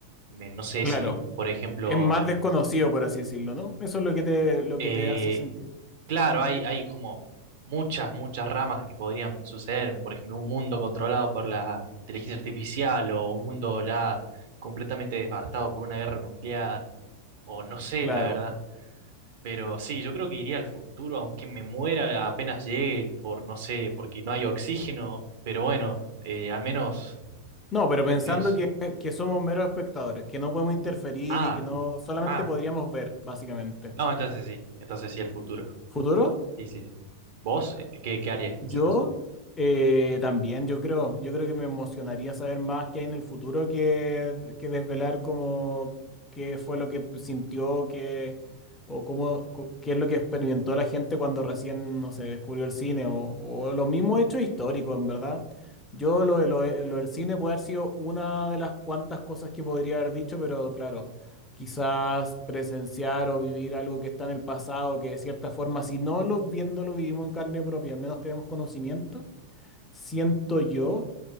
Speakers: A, on the right (about 50°); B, on the left (about 20°).
A: Me- no sé
B: claro.
A: si, por ejemplo...
B: Es más desconocido, por así decirlo, ¿no? Eso es lo que te, lo
A: eh,
B: que te hace sentir.
A: Claro, hay, hay como muchas, muchas ramas que podrían suceder. Por ejemplo, un mundo controlado por la inteligencia artificial o un mundo ya completamente devastado por una guerra nuclear o no sé,
B: Claro.
A: la verdad. Pero sí, yo creo que iría al futuro, aunque me muera apenas llegue por, no sé, porque no hay oxígeno. Pero bueno, eh, al menos
B: No, pero
A: sería
B: pensando
A: curioso.
B: que, que somos meros espectadores, que no podemos interferir
A: Ah,
B: y que no solamente
A: ah.
B: podríamos ver, básicamente.
A: No, entonces sí, entonces sí, el futuro.
B: ¿Futuro?
A: Sí, sí, sí. ¿Vos? Eh, ¿Qué, qué harías
B: Yo
A: en ese caso?
B: eh, también, yo creo, yo creo que me emocionaría saber más qué hay en el futuro que, que desvelar cómo qué fue lo que sintió, qué, o cómo, co- qué es lo que experimentó la gente cuando recién, no sé, descubrió el cine, o, o los mismos hechos históricos, en verdad. Yo lo, de- lo de- lo del cine puede haber sido una de las cuantas cosas que podría haber dicho, pero claro quizás presenciar o vivir algo que está en el pasado, que de cierta forma, si no lo viéndolo, vivimos en carne propia, al menos tenemos conocimiento, siento yo